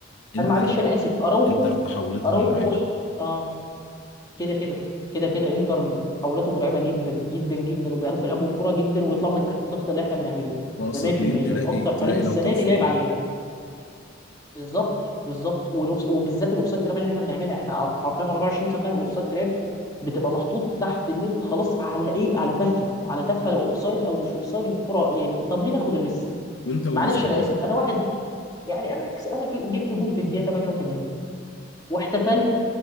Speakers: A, on the left; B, on the left.
A: الانتر
B: انا معلش انا اسف اراوخو
A: انتر تحولتها
B: اراوخو
A: مرعبه
B: اه كده كده كده كده انتر محاولاته مرعبه جدا جدا جدا وبيعرفوا يلعبوا بكره جدا ويطلعوا من تحت الضغط اللي احنا بنعمله
A: باصه
B: ده 100%
A: اتنين تلاقي
B: اكتر
A: تلاقي
B: فريق السنه
A: لو طرف
B: دي لعب
A: جون
B: علينا بالظبط بالظبط والأوفس... وبالذات الاوفسايد تراب اللي احنا بنعملها احنا حرفيا 24 ساعه بنعمل اوفسايد تراب بتبقى محطوط تحت ان انت خلاص على ايه على تفه على تفه لو اوفسايد او مش اوفسايد والكره يعني طب ليه ناخد الريسك
A: وانت ورزقك
B: معلش انا
A: بقى
B: اسف انا واحد يعني انا انا جبت جول في الدقيقه 88 واحتفلت